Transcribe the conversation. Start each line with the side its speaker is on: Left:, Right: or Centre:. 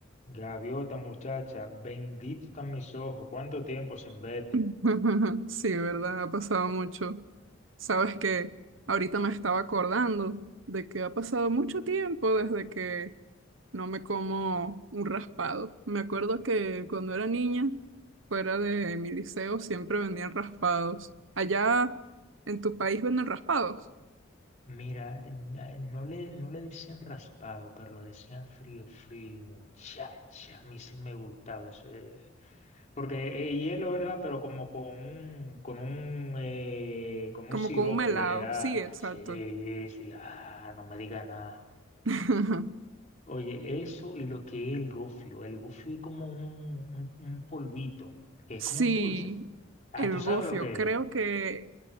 Left: Gaviota, muchacha, bendito están mis ojos, cuánto tiempo sin verte.
Right: <laughs> Sí, verdad, ha pasado mucho. Sabes que ahorita me estaba acordando de que ha pasado mucho tiempo desde que no me como un raspado. Me acuerdo que cuando era niña, fuera de mi liceo, siempre vendían raspados. Allá en tu país venden raspados,
Left: Mira, na- no le, no le decían raspado, pero lo decían frío, frío, y muchacha. A mí sí me gustaba ese- Porque es hielo, ¿verdad? Pero como con un, con un, eh, con
Right: como
Left: un sirope
Right: con un melado.
Left: que le da.
Right: Sí, exacto.
Left: Sí, sí, ah, no me diga nada.
Right: <laughs>
Left: Oye, eso y lo que es el gofio. El gofio es como un, un, un polvito, que es
Right: Sí,
Left: como un dulce. Ah,
Right: el
Left: ¿tú sabes
Right: gofio,
Left: lo que
Right: creo
Left: es?
Right: que,